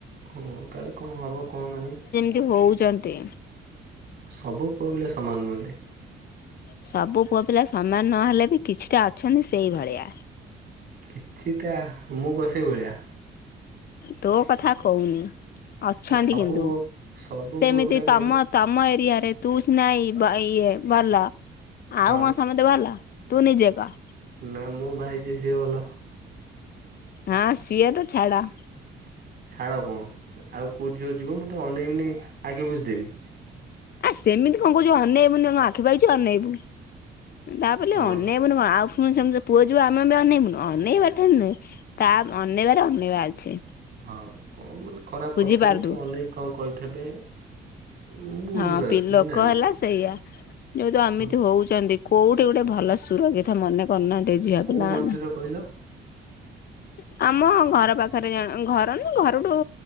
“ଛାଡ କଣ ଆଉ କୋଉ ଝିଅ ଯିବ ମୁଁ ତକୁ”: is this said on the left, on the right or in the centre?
Right